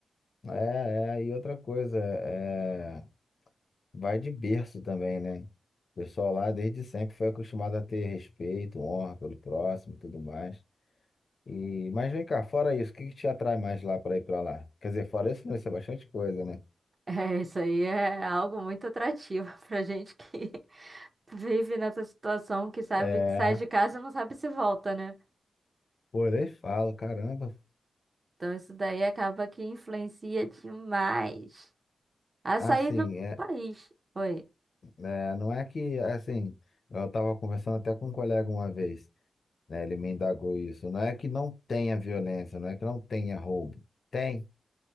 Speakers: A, on the left; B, on the right.
A: É, é, e outra coisa, é, vai de berço também, né? O pessoal lá desde sempre foi acostumado a ter respeito, honra pelo próximo e tudo mais. E, mas vem cá, fora isso, o que que te atrai mais lá para ir para lá? Quer dizer, fora isso, não, isso é bastante coisa, né?
B: É, isso aí é algo muito atrativo <laughs> pra gente que vive nessa situação que sabe
A: É,
B: que sai de casa e não sabe se volta, né?
A: pô, nem falo, caramba.
B: Então isso daí acaba que influencia demais a sair
A: Assim,
B: do
A: é,
B: país. Oi.
A: é, não é que, assim, eu tava conversando até com um colega uma vez, né? Ele me indagou isso. Não é que não tenha violência, não é que não tenha roubo. Tem,